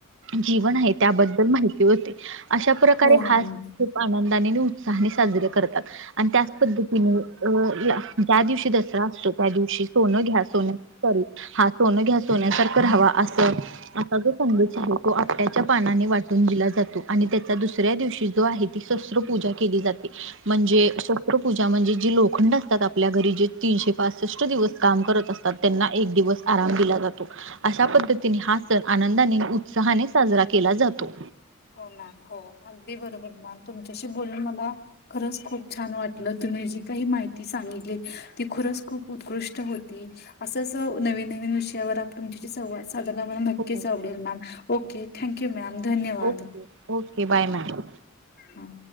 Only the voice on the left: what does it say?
हो मॅम
हो मॅम हो अगदी बरोबर मॅम तुमच्याशी बोलून मला खरंच खूप छान वाटलं तुम्ही जी काही माहिती सांगितली ती खुरच खूप उत्कृष्ट होती असंच नवीन नवीन विषयावर तुमच्या संवाद साधाला मला नक्कीच
आवडेल ma'am okay thank you ma'am धन्यवाद
हं